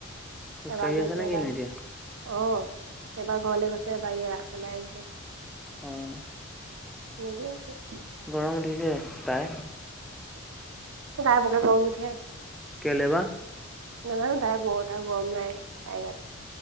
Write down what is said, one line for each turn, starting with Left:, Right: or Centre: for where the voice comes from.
Centre: খোজকাঢ়ি
Right: এবাৰ গৈছে
Centre: আছে নে
Right: এবাৰ
Centre: কিনো
Right: আহিছে৷অঁ
Centre: এতিয়া?
Right: এবাৰ ঘৰলে গৈছে এবাৰ আগফালে আহিছে৷
Centre: অঁ
Right: থ গেছে
Centre: গৰম উঠিছে। পাই
Right: তাই বকে গং নঠে
Centre: কেলে বা?
Right: নাজানো তাই বৰতা আৰু গৰম নাই তাইগাত৷